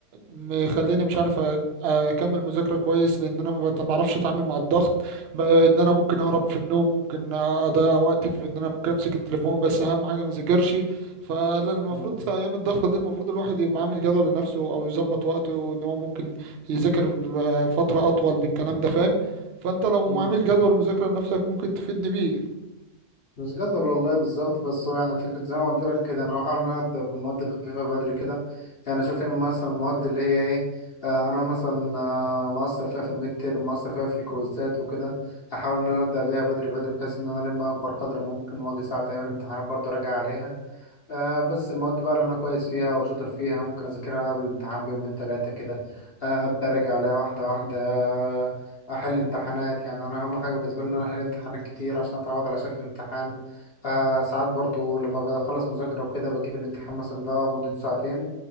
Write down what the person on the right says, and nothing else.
مخليني مش عارف أ- اكمل مذاكره كويس لان انا ما بت- ما بعرفش اتعامل مع الضغط ب- ان انا ممكن اهرب في النوم ممكن اضيع وقتي في ان انا ممكن امسك التليفون بس اهم حاجه ما اذاكرش فالمفروض
في ايام الضغط دي المفروض الواحد يبقى عامل جدول لنفسه او يظبط وقته ان هو ممكن يذاكر آه، فتره اطول بالكلام ده فاهم فانت لو
عامل جدول مذاكرة لنفسك ممكن تفيدني بيه